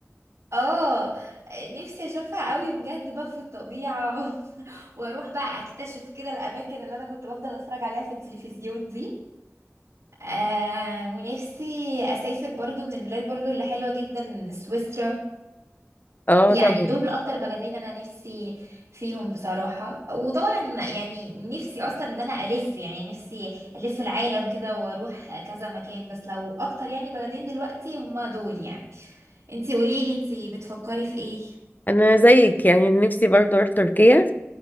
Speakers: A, on the right; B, on the left.
A: اه نفسي اشوفها قوي بجد بقى في الطبيعة <laughs> و... واروح بقى اكتشف كده الاماكن اللي انا كنت بفضل اتفرج عليها في التلفزيون دي آه ونفسي اسافر برضو من البلاد برضو اللي حلوة جدا سويسرا
B: اه
A: يعني
B: طبعا
A: دول اكتر بلدين انا نفسي فيهم بصراحة وطبعا يعني نفسي اصلا ان انا الف يعني نفسي الف العالم كده واروح كذا مكان بس لو اكتر يعني بلدين دلوقتي هما دول يعني انتي قوليلي انتي بتفكري في ايه
B: انا زيك يعني نفسي برضه اروح تركيا